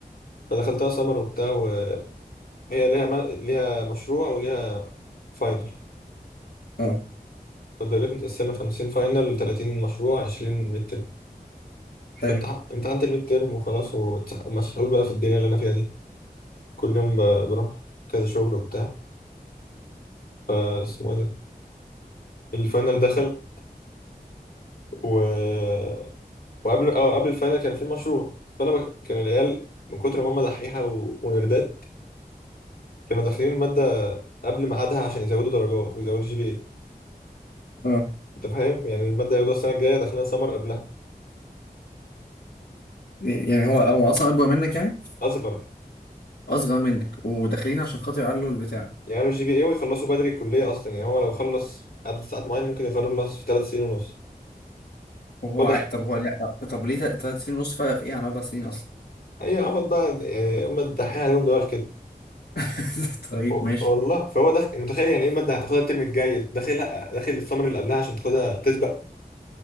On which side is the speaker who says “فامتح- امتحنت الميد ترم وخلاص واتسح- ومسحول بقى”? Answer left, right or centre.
Left